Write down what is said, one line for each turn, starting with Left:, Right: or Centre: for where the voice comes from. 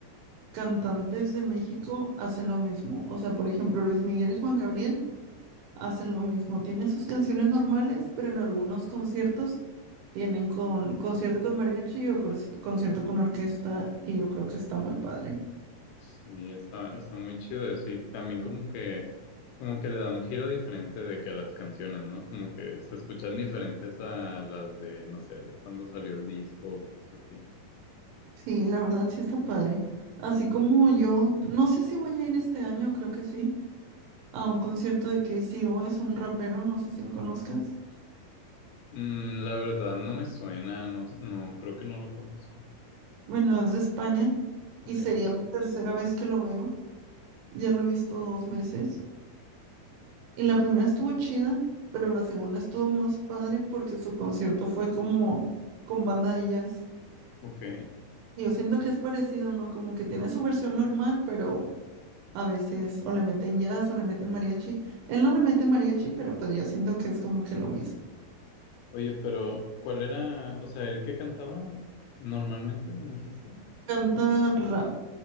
Right: cantantes de México hacen lo mismo. O sea, por ejemplo, Luis Miguel y Juan Gabriel hacen lo mismo. Tienen sus canciones normales, pero en algunos conciertos tienen con concierto con mariachi o corci- concierto con orquesta y yo creo que está muy padre.
Left: Sí, está, está muy chido eso y también como que, como que le da un giro diferente de que a las canciones, ¿no? Como que se escuchan diferentes a las de, no sé, de cuando salió el disco o cosas así.
Right: Sí, la verdad sí está padre. Así como yo, no sé si voy a ir este año, creo que sí, a un concierto de K C O es un rapero, no sé si lo conozcas.
Left: Mm, la verdad no me suena, no, no, creo que no lo conozco.
Right: Bueno, es de España
Left: Ok,
Right: y sería mi tercera vez que lo veo. Ya lo he visto dos veces. Y la primera estuvo chida, pero la segunda estuvo más padre porque su concierto fue como con banda de jazz.
Left: ok.
Right: Y yo siento que es parecido, ¿no? Como que tiene su versión normal, pero a veces o le meten jazz o le meten mariachi. Él no le mete mariachi, pero pues yo siento que es como que lo mismo.
Left: Oye, pero ¿cuál era, o sea, el que cantaba normalmente, me dijiste?
Right: Canta rap,